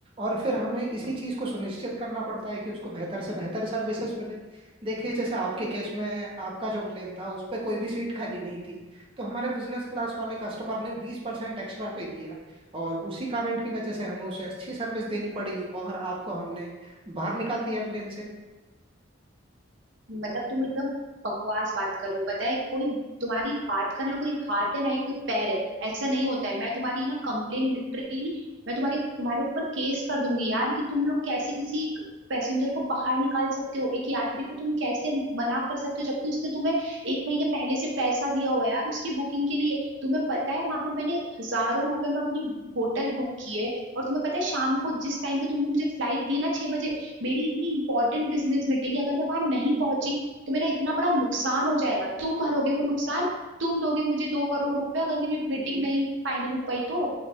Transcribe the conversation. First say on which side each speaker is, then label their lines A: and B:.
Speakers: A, on the right (about 25°); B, on the right (about 65°).
A: और फिर हमें इसी चीज को सुनिश्चित करना पड़ता है कि उसको बेहतर से बेहतर सर्विसेज मिले देखिए जैसे आपके केस में आपका जो प्लेन था उस पर कोई भी सीट खाली नहीं थी तो हमारे बिजनेस क्लास वाले कस्टमर ने बीस परसेंट एक्स्ट्रा पे किया और उसी कारण की वजह से हमें उसे अच्छी सर्विस देनी पड़ी और आपको हमने बाहर निकाल दिया प्लेन से
B: मतलब तुम एकदम बकवास बात कर रहे हो बताए कोई तुम्हारी बात का ना कोई हाथ है ना ही कोई पैर है ऐसा नहीं होता है मैं तुम्हारी ना कंप्लेन लिटरली मैं तुम्हारे तुम्हारे ऊपर केस कर दूंगी यार कि तुम लोग कैसे किसी पैसेंजर को बाहर निकाल सकते हो एक यात्री को तुम कैसे मना कर सकते हो जबकि उसने तुम्हें एक महीने पहले से पैसा दिया हुआ है यार उसकी बुकिंग के लिए तुम्हें पता है वहां पे मैंने हजारों रुपए में अपनी होटल बुक की है और तुम्हें पता है शाम को जिस टाइम पे तुमने मुझे फ्लाइट दी है ना छह बजे मेरी इतनी इंपॉर्टेंट बिजनेस मीटिंग है अगर मैं वहां नहीं पहुंची तो मेरा इतना बड़ा नुकसान हो जाएगा तुम भरोगे वो नुकसान तुम दोगे मुझे दो करोड़ रुपए अगर मेरी मीटिंग नहीं फाइनल हो पाई तो